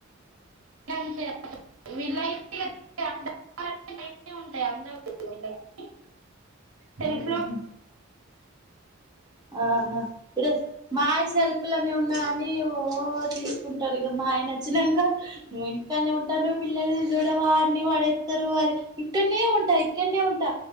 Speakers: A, on the right; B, on the right.
A: అంతే వీళ్ళయితే కదాంటాయి అ సెల్ఫ్
B: ఉహు
A: లోన్
B: ఆహా ఇరోజు మాయ సెల్ప్ పప్పులనే ఉన్నా అని ఓ తీసుకుంటారు ఇగ మ ఆయన వచ్చినంక నువ్వు ఇంటికనే ఉంటాను పిల్లలు చూడ వా అన్ని పడేత్తరు అది ఇక్కడనే ఉంటాయి ఇక్కనే ఉంటా